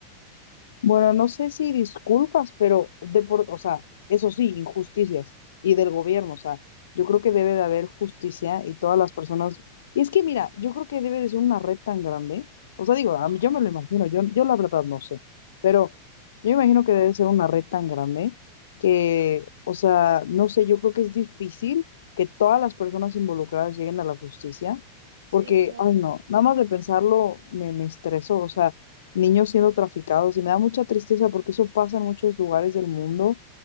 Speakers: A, on the left (about 60°); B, on the right (about 65°).
A: Bueno, no sé si disculpas, pero de por, o sea, eso sí, injusticias y del gobierno, o sea, yo creo que debe de haber justicia y todas las personas. Y es que mira, yo creo que debe de ser una red tan grande, o sea, digo, a
B: Ajá,
A: mí yo me lo imagino, yo, yo la verdad no sé, pero yo me imagino que debe ser una red tan grande que, o sea, no sé, yo creo que es difícil que todas las personas involucradas lleguen a la justicia,
B: sí,
A: porque,
B: claro.
A: ay no, nada más de pensarlo me, me estresó, o sea niños siendo traficados y me da mucha tristeza porque eso pasa en muchos lugares del mundo